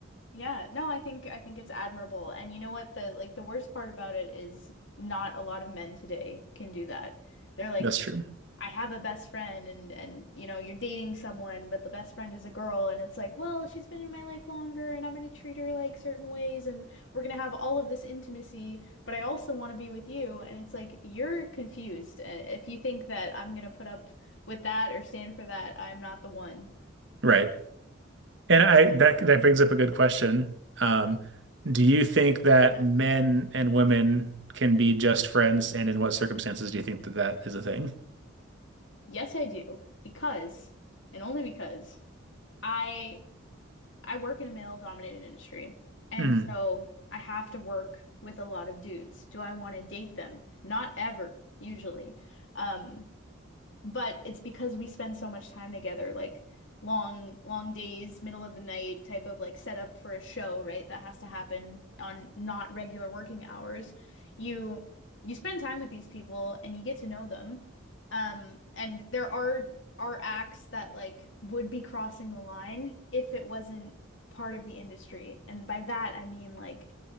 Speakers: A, on the left; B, on the right.
A: Yeah, no, I think I think it's admirable. And you know what the like the worst part about it is not a lot of men today can do that. They're like
B: That's true.
A: I have a best friend and and you know you're dating someone but the best friend is a girl and it's like well she's been in my life longer and I'm going to treat her like certain ways and we're going to have all of this intimacy but I also want to be with you and it's like you're confused Uh, if you think that I'm going to put up with that or stand for that I'm not the one
B: Right. And I that that brings up a good question. Um, do you think that men and women can be just friends, and in what circumstances do you think that that is a thing?
A: yes I do because and only because I I work in a male dominated industry. And
B: Mm,
A: so I have to work with a lot of dudes. Do I want to date them? Not ever, usually. Um, but it's because we spend so much time together, like long, long days, middle of the night type of like setup for a show, right? That has to happen on not regular working hours. You you spend time with these people and you get to know them. Um, and there are are acts that like would be crossing the line if it wasn't part of the industry. And by that I mean like